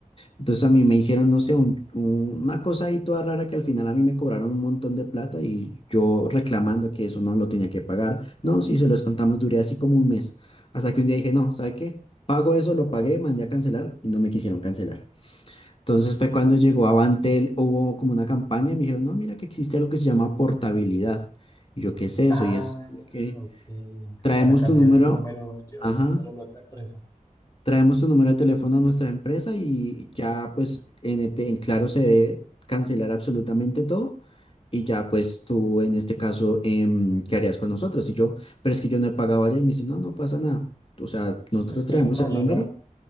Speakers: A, on the left (about 45°); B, on the left (about 25°).
A: Entonces a mí me hicieron, no sé, un- un- una cosa ahí toda rara que al final a mí me cobraron un montón de plata y yo reclamando que eso no lo tenía que pagar. No, sí, se los contamos, duré así como un mes. Hasta que un día dije, no, ¿sabe qué? Pago eso, lo pagué, mandé a cancelar y no me quisieron cancelar. Entonces fue cuando llegó Avantel, hubo como una campaña y me dijeron, no, mira que existe algo que se llama portabilidad. Y yo, ¿qué es eso?
B: Ah,
A: Y es que
B: ok.
A: traemos
B: Para cambiar
A: tu número,
B: el número, llevar
A: ajá,
B: el número a la otra empresa.
A: traemos tu número de teléfono a nuestra empresa y ya pues en, ET en Claro se debe cancelar absolutamente todo y ya pues tú en este caso, em, ¿qué harías con nosotros? Y yo, pero es que yo no he pagado allá y me dice, no, no pasa nada. O sea, nosotros
B: Es que
A: traemos
B: el problema,
A: el número.